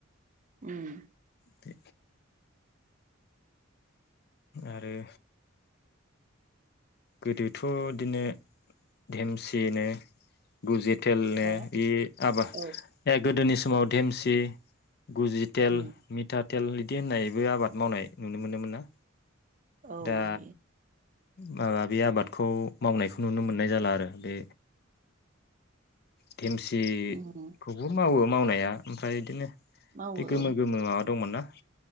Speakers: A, on the right (about 40°); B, on the left (about 55°).
A: उम
B: दे आरो गोदोथ बिदिनो धेमसिनो गुजेद टेलनो
A: हा
B: इ आबा
A: औ
B: गोदोनि समाव धेमसि गुजिटेल
A: उम
B: मिथा टेल बिदि होननायबो आबाद मावनाय नुनो मोनोमोन ना
A: औ
B: दा
A: उम
B: माबा बे आबादखौ मावनायखौ नुनो मोननाय जाला आरो बे देमसिखौबो
A: उम
B: मावो मावनाया ओमफ्राय बिदिनो
A: मावो
B: बे गोमो
A: औ
B: गोमो माबा दंमोन ना